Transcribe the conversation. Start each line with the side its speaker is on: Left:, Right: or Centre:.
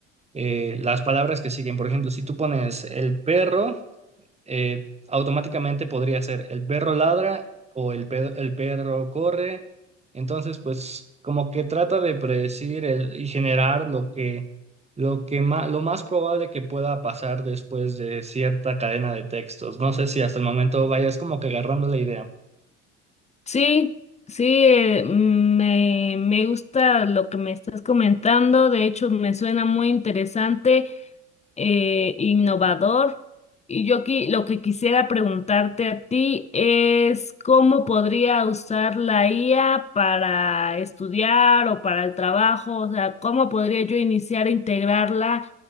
Right: eh, las palabras que siguen. Por ejemplo, si tú pones el perro eh, automáticamente podría ser el perro ladra o el perro, el perro corre. Entonces, pues como que trata de predecir el, y generar lo que, lo que ma- lo más probable que pueda pasar después de cierta cadena de textos. No sé si hasta el momento vayas como que agarrando la idea.
Left: Sí, sí, eh, me, me gusta lo que me estás comentando, de hecho me suena muy interesante eh, innovador. Y yo qui- lo que quisiera preguntarte a ti es cómo podría usar la IA para estudiar o para el trabajo, o sea, cómo podría yo iniciar a integrarla